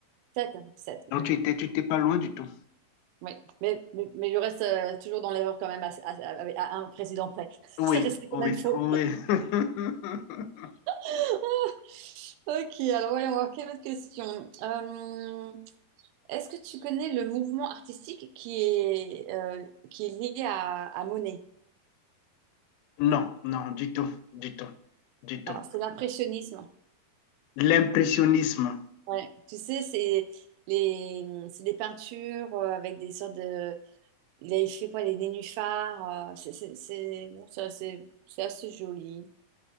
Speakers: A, on the right; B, on the left.
A: 7, 7.
B: Donc tu étais, tu étais pas loin du tout.
A: Oui, mais, mais, mais je reste euh, toujours dans l'erreur quand même à, à- à- à un président près. <laughs>
B: Oui,
A: Ça restait quand
B: oui,
A: même faux.
B: oui. <laughs>
A: <laughs> Ok, alors voyons voir, quelle autre question. Euh, est-ce que tu connais le mouvement artistique qui est, euh, qui est lié à, à Monet?
B: Non, non, du tout, du tout, du tout.
A: Alors, c'est l'impressionnisme.
B: L'impressionnisme.
A: Ouais. Tu sais, c'est les, c'est des peintures euh, avec des sortes de... Il avait fait quoi, les nénuphars. euh, c'est c'est- c'est- bon, c'est assez, c'est assez joli